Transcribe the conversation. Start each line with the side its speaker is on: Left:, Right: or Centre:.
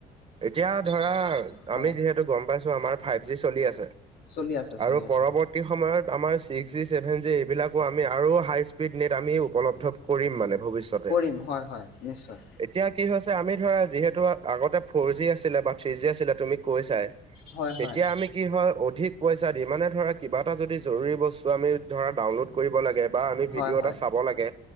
Right: এতিয়া ধৰা
Left: হয়
Right: আমি যিহেতু গম পাইছো আমাৰ ফাইভ জি চলি আছে।
Left: চলি আছে চলি
Right: আৰু
Left: আছে
Right: পৰৱৰ্তী সময়ত আমাৰ ছিক্স জি চেভেন জি এইবিলাকো আমি আৰু হাই স্পীড নেট আমি উপলব্ধ কৰিম মানে। ভৱিষয়তে
Left: কৰিম হয় হয় নিশ্চয়
Right: এতিয়া কি হৈছে আমি ধৰা যিহেতু আগতে ফৰ জি আছিলে বা থ্ৰী জি আছিলে তুমি কৈ চাই
Left: হয়
Right: তেতিয়া
Left: হয়
Right: আমি কি হয় অধিক পইচা দি মানে ধৰা কিবা এটা যদি জৰুৰী বস্তু আমি ধৰা ডাউনলোড কৰিব লাগে বা আমি
Left: হয়
Right: ভিডিঅ'
Left: হয়
Right: এটা চাব লাগে